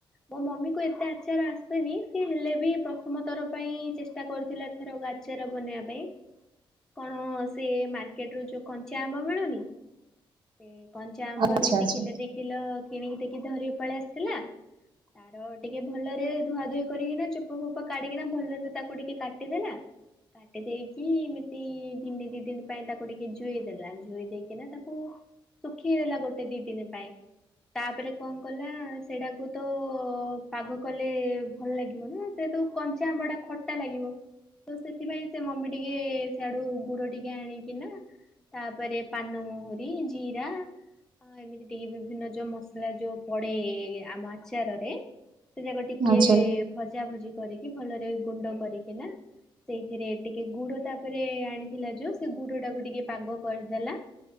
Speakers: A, in the centre; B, on the right.
A: ମୋ ମମି କୁ ଏତେ ଆଚାର ଆସେନି ସିଏ ହେଲେ ବି ପ୍ରଥମଥର ପାଇଁ ଚେଷ୍ଟା କରି ଥିଲା ଏଥର ଆଚାର ବନେଇବା ପାଇଁ। କଣ ସେ ମାର୍କେଟ ରୁ ଯୋଉ କଞ୍ଚା ଆମ୍ବ ମିଳୁନି ସେ କଞ୍ଚା ଆମ୍ବ
B: ଆଚ୍ଛା
A: ଏମିତି
B: ଆଚ୍ଛା।
A: କିଲୋ ଦି କିଲୋ କିଣିକି ଦେଇକି ଧରିବା ପଳେଇ ଆସିଥିଲା ତାର ଟିକେ ଭଲରେ ଧୁଆ ଧୁଇ କରିକିନା ଚୋପା ଫୋପ କାଢିକିନା ଭଲରେ ତାକୁ ଟିକେ କା ଟି ଦେଲା। କାଟି ଦେଇକି ଏମିତି ଦିନେ ଦି ଦିନ ପାଇଁ ତାକୁ ଟିକେ ଜୋଇ ଦେଲା। ଜୁଇ ଦେଇକିନା ତାକୁ ଶୁଖି ହେଲା ଗୋଟେ ଦି ଦିନ ପାଇଁ। ତାପରେ କଣ କଲା ସେଟାକୁ ତ ପାଗ କଲେ ଭଲ ଲାଗିବନି ନା। ଯେହେତୁ କଞ୍ଚା ଆମ୍ବ ଟା ଖଟା ଲାଗିବ। ତ ସେଥିପାଇଁ ସେ ମମି ଟିକେ ସିଆଡୁ ଗୁଡ ଟିକେ ଆଣିକିନା ତାପରେ ପାନମହୁରି ଜିରା ହଁ ଏମିତି ଟିକେ ବିଭିନ୍ନ ଯୋଉ ମସଲା ଯୋଉ ପଡେ ଆମ ଆଚାରରେ ସେ ଯାକ ଟିକେ
B: ଆଚ୍ଛା
A: ଭଜା ଭଜି କରିକି ଭଲରେ ଗୁଣ୍ଡ କରିକିନା ସେଇଥିରେ ଟିକେ ଗୁଡ ତାପରେ ଆଣିଥିଲା ଯୋଉ ସେ ଗୁଡ ଟାକୁ ଟିକେ ପାଗ କରିଦେଲା।